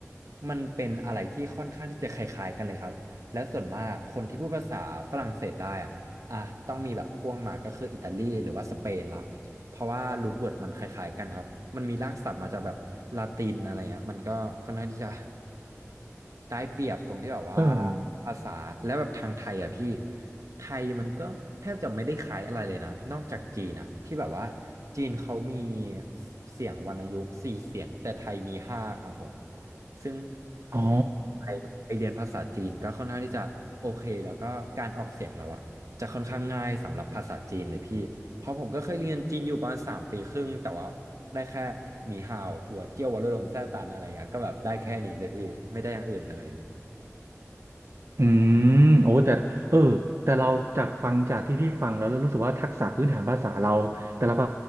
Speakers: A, on the right (about 85°); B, on the right (about 60°).
A: มันเป็นอะไรที่ค่อนข้างที่จะคล้ายๆกันเลยครับ แล้วส่วนมากคนที่พูดภาษาฝรั่งเศสได้อ่ะอ่ะต้องมีแบบพ่วงมาก็คืออิตาลีหรือว่าสเปนละเพราะว่ารูทเวิร์ดมันคล้ายๆกันครับมันมีรากศัพท์มาจากแบบลาตินอะไรเงี้ยมันก็ค่อนข้างที่จะได้เปรียบตรงที่แบบว่า
B: เออ
A: ภาษาและแบบทางไทยอ่ะพี่ไทยมันก็แทบจะไม่ได้คล้ายอะไรเลยนะนอกจากจีนอ่ะที่แบบว่าจีนเขามีเสียงวรรณยุกต์สี่เสียงแต่ไทยมีห้าครับผมซึ่ง
B: อ๋อ
A: ไปไปเรียนภาษาจีนก็ค่อนข้างที่จะโอเคแล้วก็การออกเสียงเราอะจะค่อนข้างง่ายสำหรับภาษาจีนเลยพี่เพราะผมก็เคยเรียนจีนอยู่ประมาณสามปีครึ่งแต่ว่าได้แค่หนีห่าวหัวเจี้ยววัดระดมแซ่ตันอะไรเงี้ยก็แบบได้แค่นี้เลยพี่ไม่ได้อย่างอื่นเลย
B: อืมโอ้แต่เออแต่เราจากฟังจากที่พี่ฟังแล้วแล้วรู้สึกว่าทักษะพื้นฐานภาษาเราแต่ละภ